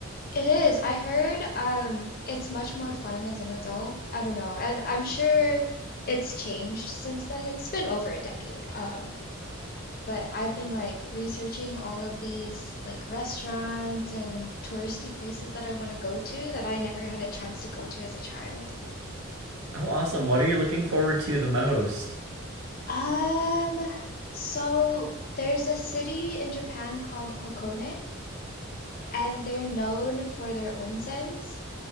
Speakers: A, on the left; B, on the right.
A: It is. I heard um it's much more fun as an adult. I don't know. And I'm sure it's changed since then. It's been over a decade. Um, but I've been like researching all of these like restaurants and touristy places that I want to go to that I never had a chance to go to as a child.
B: Oh, awesome. What are you looking forward to the most?
A: Um, so there's a city in Japan called Hokone, and they're known for their onsens.